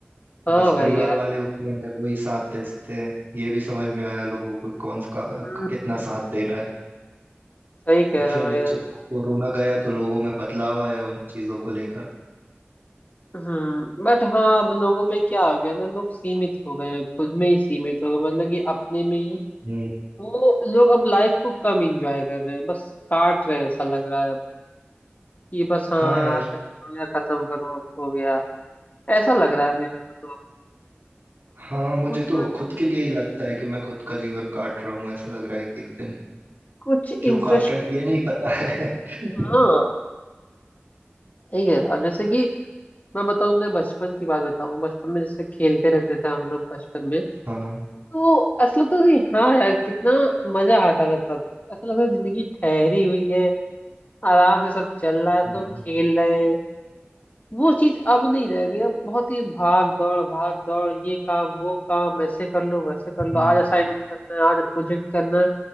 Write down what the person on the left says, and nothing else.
हाँ
भाई
यार
हम्म,
सही कह
रहे हो भाई यार
हम्म बट हाँ अब लोगों में क्या हो गया ना लोग सीमित हो गए हैं, खुद में ही सीमित हो गए मतलब कि अपने में ही
वो लोग अब लाइफ को कम एंजॉय कर रहे हैं बस काट रहे हैं ऐसा लग रहा है अब कि बस हाँ
आज का दिन हो गया खत्म करो अब हो गया ऐसा लग रहा है मेरे को तो अब
कुछ
मतलब
कि
कुछ इंटरेस्टिंग
हाँ ठीक है ना जैसे कि मैं बताऊँ अपने बचपन की बात बताऊँ बचपन में जैसे खेलते रहते थे हम लोग बचपन में
तो ऐसा लगता था कि हाँ यार कितना मजा आता था तब ऐसा लगता था जिंदगी ठहरी हुई है आराम से सब चल रहा है तो
खेल रहे हैं वो चीज अब नहीं रह गई अब बहुत ही भाग दौड़ भाग दौड़ ये काम वो काम ऐसे कर लो वैसे कर लो
आज असाइनमेंट करना है आज प्रोजेक्ट करना है